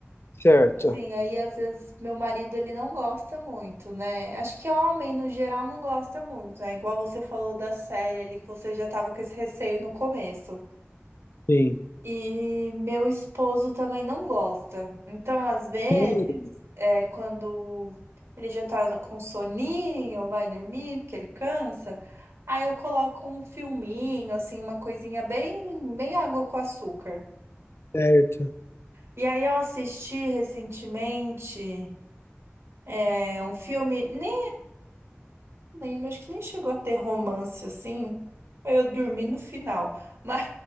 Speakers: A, on the left; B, on the right.
A: Certo.
B: Sim, aí às vezes meu marido ele não gosta muito, né? Acho que homem no geral não gosta muito, né? Igual você falou da série ali que você já tava com esse receio no começo.
A: Sim.
B: E meu esposo também não gosta. Então, às vezes,
A: Hum,
B: é quando ele já tá com soninho, vai dormir, porque ele cansa, aí eu coloco um filminho, assim, uma coisinha bem, bem água com açúcar.
A: Certo.
B: E aí eu assisti recentemente é um filme. Nem Lembro, acho que nem chegou a ter romance assim. Eu dormi no final. Mas